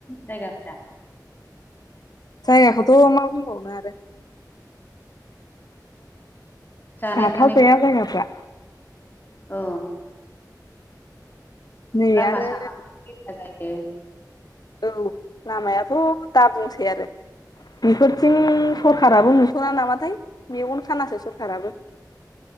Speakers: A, on the left; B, on the left.
A: जायगाफ्रा।
B: जायगाखौथ' मा बुंबावनो आरो
A: जानाय
B: गाथाव
A: थानायखौ
B: जाया जायगाफ्रा।
A: औ।
B: नै
A: लामा
B: आरो
A: सामा <unintelligible> लेथ्रा जायो।
B: औ लामायाथ' दा बुंसै आरो। बेफोरथिं सरखाराबो नुस'ना नामाथाय मेगन खानासो सरखाराबो।